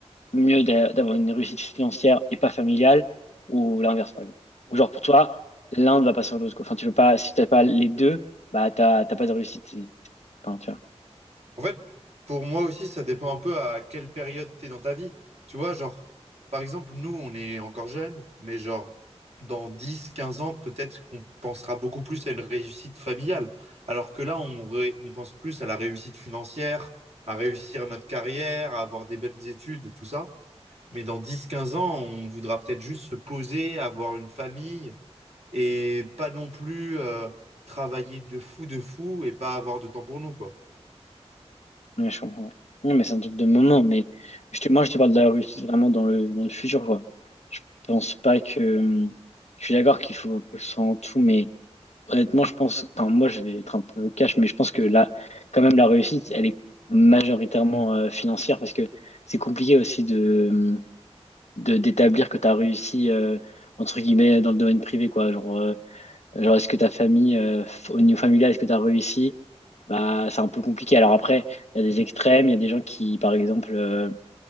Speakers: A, on the left; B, on the right.
A: mieux d'a- d'avoir une réussite financière et pas familiale ou l'inverse, par exemple. Ou genre, pour toi, l'un va pas sans l'autre, quoi. Enfin, tu veux pas, si t'as pas les deux, bah, t'as, t'as pas de réussite. Et- Enfin, tu vois.
B: En fait, pour moi aussi, ça dépend un peu à quelle période tu es dans ta vie. Tu vois, genre, par exemple, nous, on est encore jeunes, mais genre, dans 10 15 ans, peut-être qu'on pensera beaucoup plus à une réussite familiale. Alors que là, on, ré- on pense plus à la réussite financière, à réussir notre carrière, à avoir des bonnes études, tout ça. Mais dans dix quinze ans, on voudra peut-être juste se poser, avoir une famille et pas non plus euh, travailler de fou de fou et pas avoir de temps pour nous, quoi.
A: Ouais, je comprends. Ouais, mais c'est un truc de moment, mais je te, moi, je te parle de la réussite vraiment dans le, dans le futur, quoi. Je pense pas que, je suis d'accord qu'il faut que ce soit tout, mais honnêtement, je pense, enfin, moi, je vais être un peu cash, mais je pense que là, quand même, la réussite, elle est majoritairement euh, financière parce que c'est compliqué aussi de, de d'établir que tu as réussi euh, entre guillemets dans le domaine privé quoi genre euh, genre est-ce que ta famille euh, f- au niveau familial est-ce que tu as réussi bah c'est un peu compliqué alors après il y a des extrêmes il y a des gens qui par exemple euh,